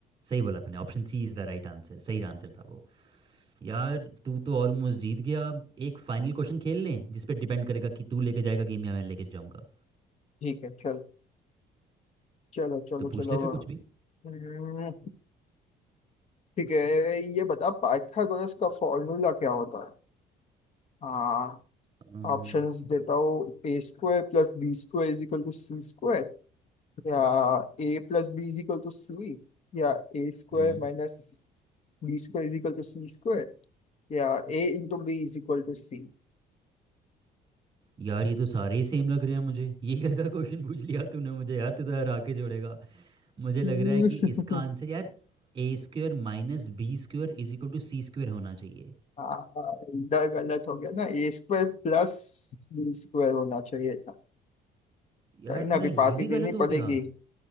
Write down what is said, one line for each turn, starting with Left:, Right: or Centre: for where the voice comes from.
Right: सही बोला तूने option C is the right answer सही आंसर था वो यार तू तो ऑलमोस्ट जीत गया एक फाइनल क्वेश्चन खेल लें जिस पे डिपेंड करेगा कि तू लेके जाएगा गेम या मैं लेके जाऊंगा
Left: ठीक है चलो चलो चलो
Right: तो पूछ
Left: चलो
Right: ले फिर
Left: हाँ।
Right: कुछ भी
Left: हम्म, ठीक है ये बता पाइथागोरस का फॉर्मूला क्या होता है हाँ
Right: हम्म
Left: ऑप्शंस देता हूँ A square plus B square is equal to C square या A plus B is equal to C या A square
Right: हम्म।
Left: minus B square is equal to C square या A into B is equal to सी
Right: यार ये तो सारे ही सेम लग रहे हैं मुझे ये कैसा क्वेश्चन पूछ लिया तूने मुझे यार तू तो हरा के जोड़ेगा मुझे
Left: <laughs>
Right: लग रहा है कि इसका आंसर यार A square minus B square is equal to C square होना चाहिए
Left: हाँ इधर गलत हो गया ना A square plus B square होना चाहिए था
Right: यार
Left: कहीं ना अभी
Right: मेरा ये
Left: पार्टी
Right: भी
Left: देनी
Right: गलत हो
Left: पड़ेगी
Right: गया